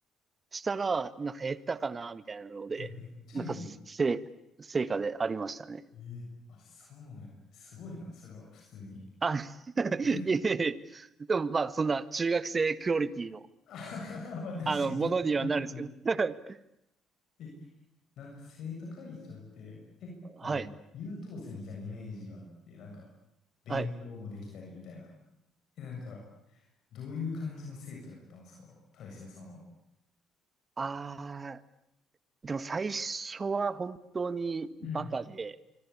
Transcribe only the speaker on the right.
したら、なんか減ったかな、みたいなので、
なんかせ、成果でありましたね。
あ、<laughs>
いえいえ、でもまあ、そんな中学生クオリティの、
あの、ものにはなるんですけど。
<laughs>
はい、
はい。
ああ、でも最初は本当にバカで、